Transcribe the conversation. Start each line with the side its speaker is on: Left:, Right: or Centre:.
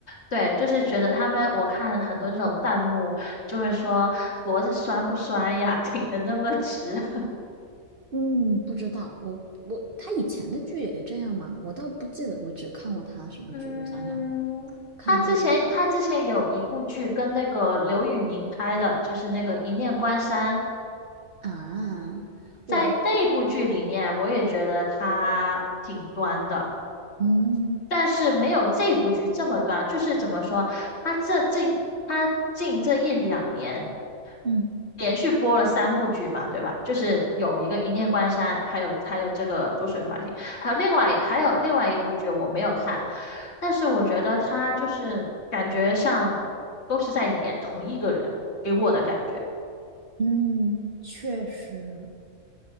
Left: 对，就是觉得他们，我看很多这种弹幕就会说脖子酸不酸呀，<laughs> 挺的那么直。
Right: 嗯，不知道，我我他以前的剧也这样吗？我倒不记得，我只看过他什么剧，
Left: 嗯，
Right: 我想想，看过那
Left: 他之前他之前有一部剧跟那个刘宇宁拍的，就是那个《一念关山》。
Right: 啊，
Left: 在那部剧里面，
Right: 我
Left: 我也觉得他挺端的，
Right: 嗯
Left: 但是没有这部剧这么端。就是怎么说，他这近他近这一两年。
Right: 嗯
Left: 连续播了三部剧嘛，对吧？就是有一个《一念关山》，还有还有这个《逐水华行》，还有另外还有另外一部剧我没有看，但是我觉得他就是感觉上都是在演同一个人，给我的感觉
Right: 嗯，确实，